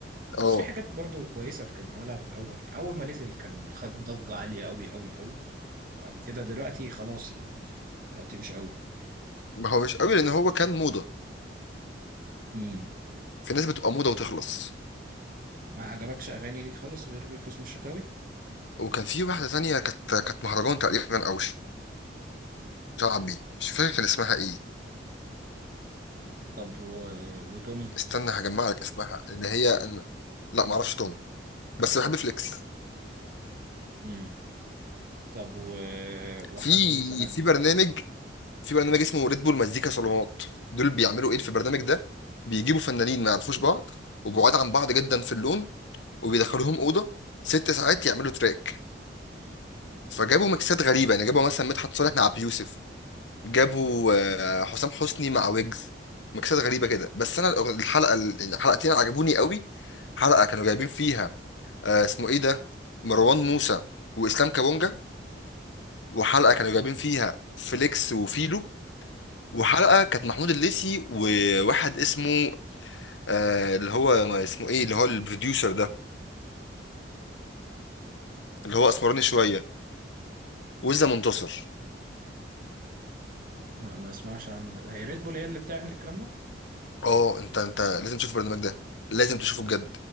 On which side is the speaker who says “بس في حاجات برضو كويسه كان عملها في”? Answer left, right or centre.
Right